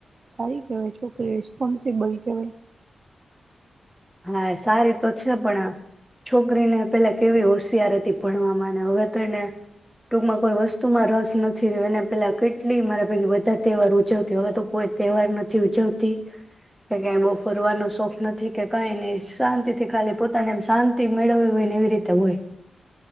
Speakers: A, on the right (about 45°); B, in the centre.
A: સારી કહેવાય છોકરી, ઈ રિસ્પોન્સિબલ કહેવાય.
B: હા સારી તો છે, પણ આ છોકરીને પેલા કેવી હોશિયાર હતી ભણવામાં ને, હવે તો એને ટૂંકમાં કોઈ વસ્તુમાં રસ નથી રહ્યો, એને પેલા કેટલી મારે ભેગી બધા તહેવાર ઉજવતી, હવે તો કોઈક તહેવાર નથી ઉજવતી, કે કે એન બહું ફરવાનો શોખ નથી કે કાઈ નહીં, શાંતિ થી ખાલી પોતાને એમ શાંતિ મેળવવી હોય ને એવી રીતે હોય.